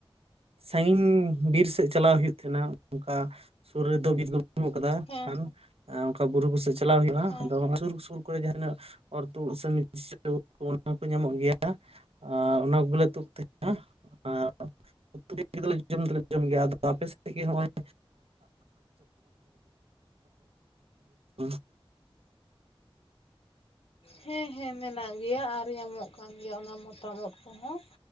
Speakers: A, on the right; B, on the left.
A: ᱥᱟᱺᱜᱤᱧ ᱵᱤᱨ ᱥᱮᱫ ᱪᱟᱞᱟᱣ ᱦᱩᱭᱩᱜ ᱛᱟᱦᱮᱱᱟ। ᱚᱱᱠᱟ ᱥᱩᱨ ᱨᱮᱫᱚ ᱵᱤᱨ ᱫᱚ ᱱᱩᱜ ᱠᱟᱫᱟ
B: ᱦᱮᱸ
A: ᱠᱷᱟᱱ ᱚᱱᱠᱟ ᱵᱩᱨᱩ ᱠᱚ ᱥᱮᱫ ᱪᱟᱞᱟᱣ ᱦᱩᱭᱩᱜᱼᱟ।
B: ᱦᱮᱸ
A: ᱟᱫᱚ ᱦᱚᱸ-ᱚᱭ ᱥᱩᱨ ᱥᱩᱨ ᱠᱚᱨᱮ ᱡᱟᱦᱟᱛᱤᱱᱟᱹᱜ ᱚᱨ ᱛᱩᱫ ᱩᱫ ᱥᱮ <unintelligible> ᱚᱱᱟ ᱠᱚ ᱧᱟᱢᱚᱜ ᱜᱮᱭᱟ ᱟᱨ ᱚᱱᱟ ᱠᱚ ᱜᱮᱞᱮ ᱛᱩᱫᱽ ᱛᱟᱦᱮᱱᱟ᱾ ᱟᱨ <inaudible> ᱡᱚᱢ ᱫᱚᱞᱮ ᱡᱚᱢ ᱜᱮᱭᱟ, ᱟᱫᱚ ᱟᱯᱮ ᱥᱮᱫ ᱜᱮ ᱦᱚᱸᱜᱼᱚᱭ <inaudible>
B: ᱦᱮᱸ ᱦᱮᱸ ᱢᱮᱱᱟᱜ ᱜᱮᱭᱟ ᱟᱨ ᱧᱟᱢᱚᱜ ᱠᱟᱱ ᱜᱮᱭᱟ ᱚᱱᱟ ᱢᱚᱛᱟᱢ ᱩᱫᱽ ᱠᱚᱦᱚᱸ᱾